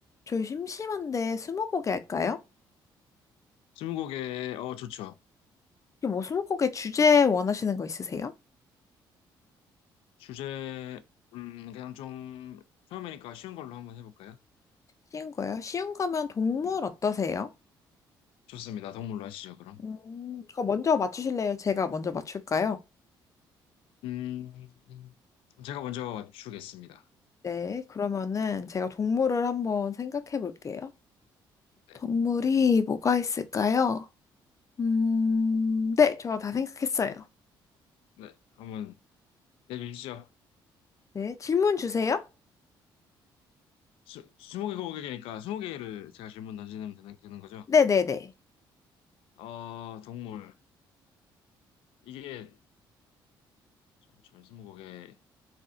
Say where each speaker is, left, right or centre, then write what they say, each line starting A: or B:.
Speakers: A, on the left; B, on the left.
A: 저희 심심한데 스무고개 할까요?
B: 스무고개, 어, 좋죠.
A: 혹시 뭐 스무고개 주제 원하시는 거 있으세요?
B: 주제, 음, 그냥 좀, 처음이니까 쉬운 걸로 한번 해볼까요?
A: 쉬운 거요? 쉬운 거면 동물
B: 네.
A: 어떠세요?
B: 좋습니다. 동물로 하시죠, 그럼.
A: 음, 그거 먼저 맞추실래요? 제가 먼저 맞출까요?
B: 음, 제가 먼저 주겠습니다.
A: 네, 그러면은 제가 동물을 한번 생각해 볼게요.
B: 네,
A: 동물이 뭐가 있을까요? 음, 네, 저 다 생각했어요.
B: 네, 한번 내주시죠.
A: 네, 질문 주세요.
B: 스, 스무 개 고객이니까 스무 개를 제가 질문 던지면 되는, 되는 거죠?
A: 네네네.
B: 어, 동물. 이게, 잠시만요, 스무 고개.